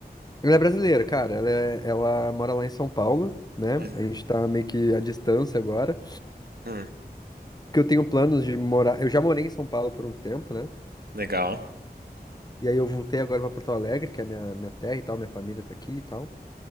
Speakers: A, on the left; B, on the right.
A: Ela é brasileira, cara. Ela, é- ela mora lá em São Paulo, né?
B: Mas-
A: A gente tá meio que à distância agora.
B: Hum,
A: Porque eu tenho planos de morar. Eu já morei em São Paulo por um tempo, né?
B: legal.
A: E aí eu voltei agora pra Porto Alegre, que é minha, minha terra e tal, minha família tá aqui e tal.